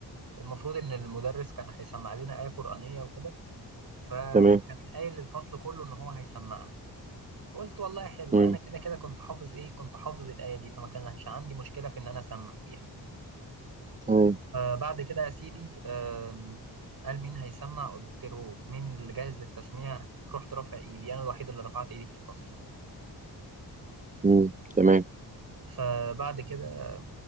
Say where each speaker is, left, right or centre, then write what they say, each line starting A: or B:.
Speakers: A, on the right; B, on the right.
A: المفروض إن المدرس كان هيسمع لنا آية قرآنية وكده فكان
B: تمام
A: قايل للفصل كله إن هو هيسمعها قلت والله حلو
B: مم.
A: أنا كده كده كنت حافظ إيه كنت حافظ الآية دي فما كانش عندي مشكلة في إن أنا أسمع فيها
B: تمام
A: آه بعد كده يا سيدي آم، قال مين هيسمع قلت له مين اللي جاهز للتسميع رحت رافع ايدي انا الوحيد اللي رفعت ايدي في الفصل
B: مم. تمام
A: فبعد كده